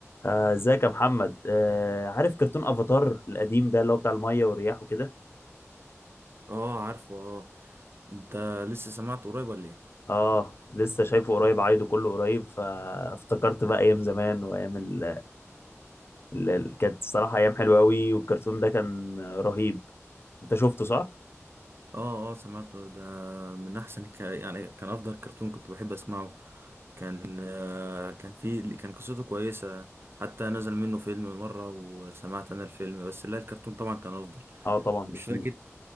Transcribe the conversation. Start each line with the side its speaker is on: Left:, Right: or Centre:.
Left: آه، ازيك يا محمد آه، عارف كرتون افاتار القديم ده اللي هو بتاع الميه والرياح وكده
Right: اه عارفه اه انت لسه سمعته قريب ولا ايه
Left: اه لسه شايفه قريب عايده كله قريب فافتكرت بقى ايام زمان وايام ال... ال... ال- كانت الصراحه ايام حلوه قوي والكرتون ده كان رهيب انت شفته صح
Right: اه اه سمعته ده من احسن الك... يعني كان افضل كرتون كنت بحب اسمعه كان آه كان في كان قصته كويسة حتى نزل منه فيلم مرة وسمعت انا الفيلم بس لا الكرتون طبعا كان افضل
Left: اه طبعا
Right: مش
Left: بكتير
Right: فاكر